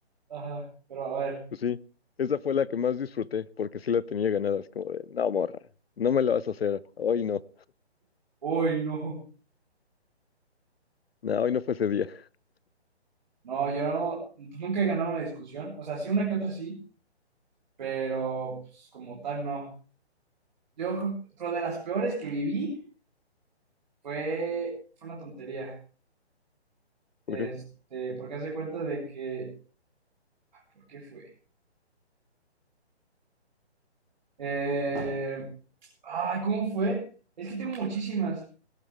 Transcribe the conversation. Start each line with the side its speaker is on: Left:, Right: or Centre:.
Right: Ajá, pero a ver,
Left: Pues sí, esa fue la que más disfruté, porque sí la tenía ganadas como de, no, morra, no me la vas a hacer, hoy no,
Right: uy, no.
Left: no, hoy no fue ese día. <laughs>
Right: No, yo pues, nunca he ganado una discusión, o sea, sí una que otra sí, pero pues como tal no. Yo, creo- pero de las peores que viví fue, fue una tontería, este,
Left: ¿Por qué?
Right: porque hace cuenta de que, ¿por qué fue? Eh, ay, ¿cómo fue? Es que tengo muchísimas.